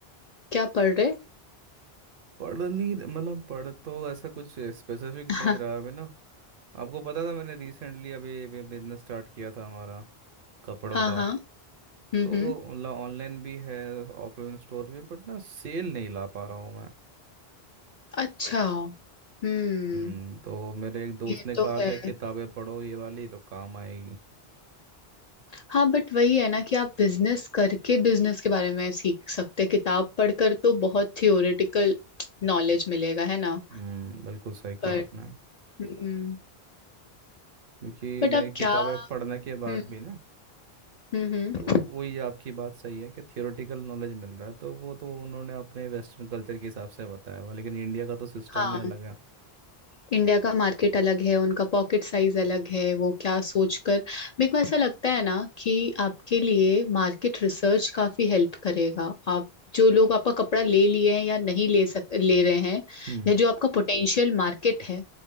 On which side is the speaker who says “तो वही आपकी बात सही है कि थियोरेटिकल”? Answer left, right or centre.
Right